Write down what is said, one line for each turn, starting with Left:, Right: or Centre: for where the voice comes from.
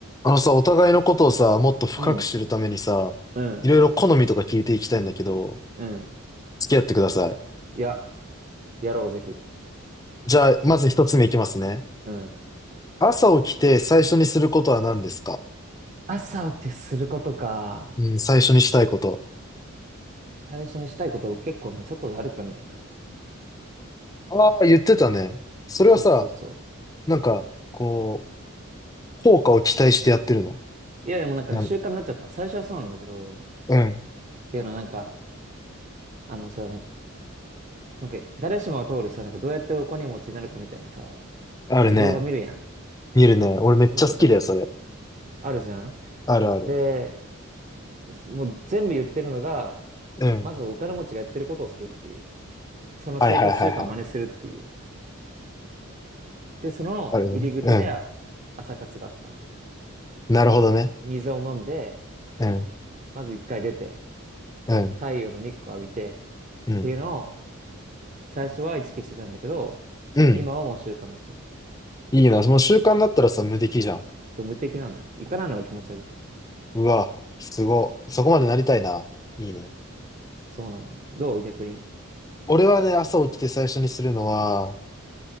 Left: あのさ、お互いのことをさ、もっと深く知るためにさ、
Right: うん、うん、
Left: いろいろ好みとか聞いていきたいんだけど、
Right: うん。
Left: 付き合ってください。
Right: いや、やろう、ぜひ。
Left: じゃあ、まず一つ目いきますね。
Right: うん。
Left: 朝起きて最初にすることは何ですか
Right: 朝起きてすることか。
Left: うん、最初にしたいこと。
Right: 最初にしたいことを結構ね、外で歩くんだよね。
Left: ああ、言ってたね。それはさ、
Right: そうそうそ
Left: なんか、こう、効果を期待してやってるの。
Right: う。いや、でもなんかね、
Left: なん、
Right: 習慣になっちゃった。最初はそうなんだけど、
Left: うん。
Right: っていうのはなんか、あのさ、なんかなんか、誰しもが通るさ、なんかどうやってお金持ちになるかみたいなさ、
Left: あるね。
Right: その動画見るやん。
Left: 見るね。俺めっちゃ好きだよ、
Right: 本とか見るやん。
Left: それ。
Right: あるじゃん。
Left: あるある。
Right: で、もう全部言ってるのが、
Left: うん。
Right: まずお金持ちがやってることをするっていう。その生活習慣を真似するっていう。
Left: はいはいはいはい。
Right: で、その入り口であ朝活があった。
Left: あるね。うん。なるほどね。
Right: 水を飲んで、
Left: うん。
Right: まず一回出て、
Left: うん。
Right: 太陽の日光浴びて、
Left: うん。
Right: っていうのを最初は意識してたんだけど、
Left: うん。
Right: 今はもう習慣になっちゃって。
Left: いいな。もう習慣になったらさ、無敵じゃん。
Right: そう、無敵なのよ。行かないのが気持ち悪いって感じ。
Left: うわ、すご。そこまでなりたいな。いいね。
Right: そうなのよ。どう逆に。
Left: 俺はね、朝起きて最初にするのは、